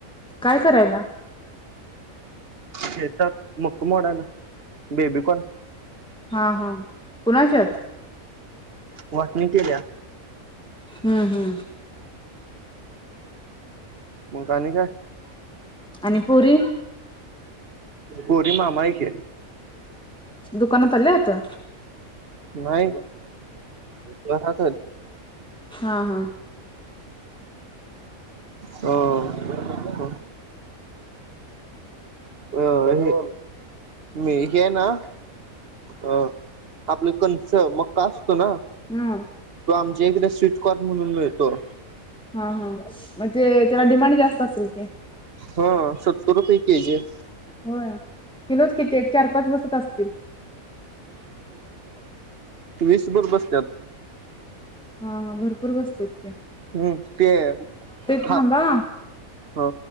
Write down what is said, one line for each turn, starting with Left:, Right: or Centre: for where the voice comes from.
Centre: काय करायला
Right: हेेत मुक मोडाल बेबीकॉन
Centre: हा हा कोुणाच्या
Right: वाकणी केल्या
Centre: हम्म हम्म
Right: मग आणि काय?
Centre: आणि पुरी
Right: गोरी मामा आहेक.
Centre: दुकानात आल्यात?
Right: नाही. च <unintelligible>
Centre: हा हा.
Right: हो. अ हे मी हे ना अ आपलं कंच मक्का असतो ना.
Centre: हम्म.
Right: त आमच्या इकडे स्वीटकॉर्न म्हणून मिळतो.
Centre: हा हा म्हंजे? त्याला डिमांड जास्त असेल की.
Right: हा, सत्तर रुपये के जी आहे.
Centre: होय, तिलोच किती एक चार पाच बसत असतील.
Right: वीसभर बसतत.
Centre: हा हा भरपूर बसते.
Right: हम्म ते हा
Centre: थांबा.
Right: हो.